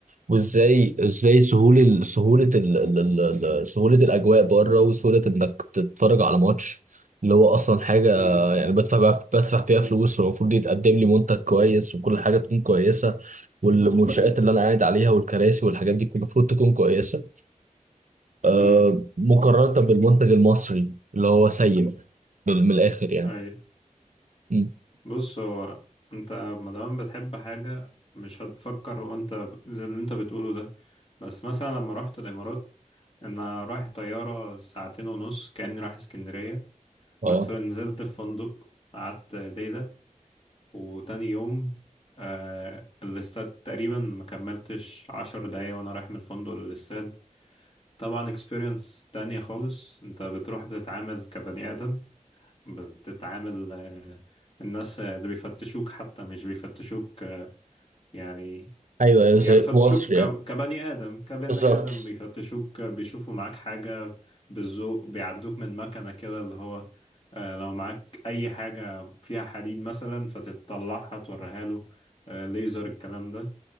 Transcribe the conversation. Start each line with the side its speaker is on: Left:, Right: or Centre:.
Right: وازاي ازاي سهوله ال- سهوله ال ال ال ال- سهوله الاجواء بره وسهوله انك تتفرج على ماتش اللي هو اصلا حاجه
Left: مم.
Right: يعني بدفع بقى بدفع فيها فلوس والمفروض يتقدم لي منتج كويس وكل حاجه تكون كويسه والمنشآت
Left: مم.
Right: اللي انا قاعد عليها والكراسي والحاجات دي كل المفروض تكون كويسه آه
Left: مم.
Right: مقارنه بالمنتج المصري اللي هو سيء من من الاخر يعني
Left: أي
Right: م.
Left: بص هو أنت مادام بتحب حاجة مش هتفكر هو أنت زي اللي أنت بتقوله ده بس مثلا لما رحت الإمارات أنا رايح طيارة ساعتين ونص كأني رايح اسكندرية
Right: اه
Left: بس نزلت في فندق قعدت ليلة وتاني يوم آه الاستاد تقريبا ما كملتش عشر دقايق وانا رايح من الفندق للاستاد طبعا experience تانية خالص انت بتروح بتتعامل كبني آدم بتتعامل آه الناس اللي بيفتشوك حتى مش بيفتشوك آه يعني
Right: ايوه ايوه
Left: يعني
Right: زي
Left: بيفتشوك
Right: في مصر يعني
Left: ك- كبني آدم كبني
Right: بالظبط
Left: آدم بيفتشوك بيشوفوا معاك حاجة بالذوق بيعدوك من مكنة كده اللي هو آه، لو معاك أي حاجة فيها حديد مثلا فتطلعها توريها له آه، ليزر الكلام ده